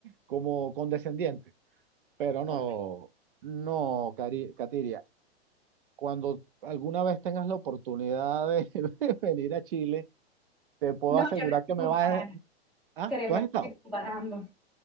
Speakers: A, on the right (about 55°); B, in the centre.
A: como condescendiente, pero no,
B: Ok.
A: no, Cari- Katiria, cuando alguna vez tengas la oportunidad de <laughs> venir a Chile, te puedo
B: No,
A: asegurar
B: yo no estoy
A: que me
B: comparando,
A: vas a... Ah,
B: créeme,
A: ¿tú has
B: no
A: estado?
B: estoy comparando,